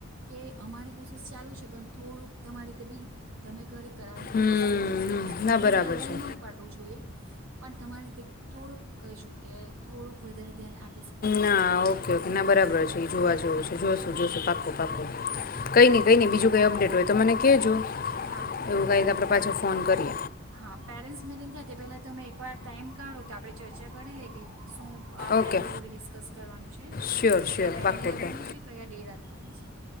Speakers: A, on the right; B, on the left.
A: કે અમારે કોશિસ ચાલુ છે, પણ થોડુંક તમારેતે ભી તમે ઘરે કરાવની કોશિશ
B: હમ
A: કરજો.
B: હમ
A: સ્કૂલનું
B: ના બરાબર
A: બર્ડન
B: છે
A: નહીં પાડવું જોઈએ પણ તમારે તે થોડુંક કહીજું કે થોડુંક વધારે ધ્યાન આપ
B: ના ઓકે ઓકે ના બરાબર છે. જોવા જોવું
A: હા
B: છે. જોશું જોશું, પાક્કુ પાક્કુ, કંઈ નહીં કંઈ નહી, બીજું કઈ અપડેટ હોય તો મને કહેજો.
A: હા મેમ
B: એવું કંઈક આપડે પાછું ફોન કરએ.
A: હા પેરેન્ટ્સ મિનિંગ થાય તે પહેલાં તમે એકવાર ટાઈમ કાઢો. તો આપણે ચર્ચા કરી લઈ કે શું આ
B: ઓકે
A: પેરેન્ટ્સ જોડે ડિસ્કસ કરવાનું છે
B: શ્યોર
A: કેટલા
B: શ્યોર
A: ટાઈમની
B: પાક્કું
A: રાખવાની
B: ડન
A: છે કયા ડે રાખવાની છે.